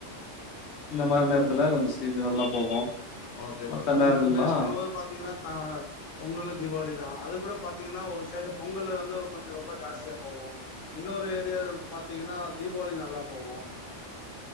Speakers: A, on the left; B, on the left.
A: இந்த மாரி நேரத்துல
B: ஓ
A: கொஞ்சோ சீசன் நல்லா போகு
B: ஓகே இப்ப
A: மத்த
B: தமிழ்நாடு
A: நேரல்லா
B: பேஸ் பண்ணபோது பாத்தீங்கன்னா தா பொங்கலு தீபாவளி தா அது கூட பாத்தீங்கன்னா ஒரு சைடு பொங்கல்லு வந்து கொஞ்சோ ரொம்ப ஜாஸ்தியா போவு இன்னொரு ஏரியா பாத்தீங்கன்னா தீபாவளி நல்லா போவு